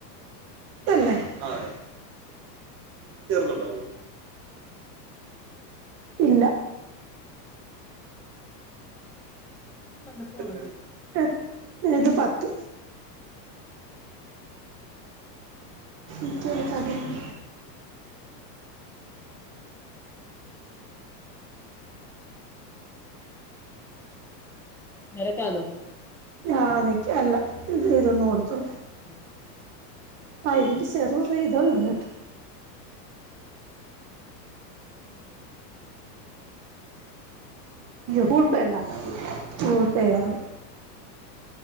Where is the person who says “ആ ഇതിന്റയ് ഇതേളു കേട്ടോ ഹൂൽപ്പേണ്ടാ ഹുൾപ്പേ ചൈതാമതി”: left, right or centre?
Right